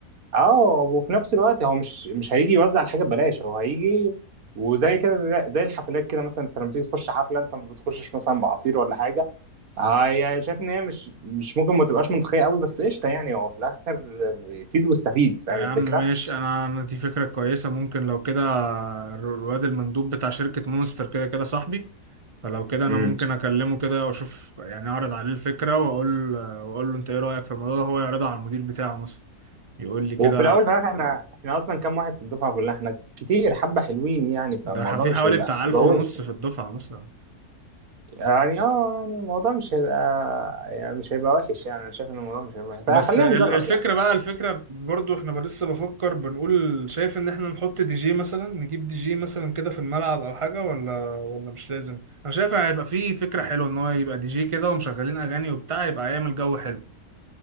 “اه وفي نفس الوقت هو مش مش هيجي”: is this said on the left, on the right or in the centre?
Right